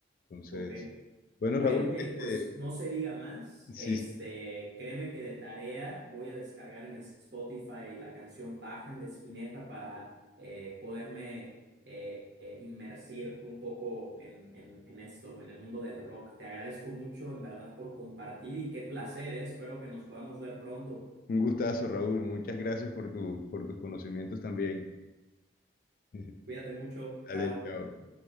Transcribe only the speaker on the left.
Entonces,
bueno,
Raúl,
este,
<laughs> sí,
sí,
un gustazo, Raúl. Muchas gracias por tu, por tus conocimientos también. <laughs>
Dale, chao.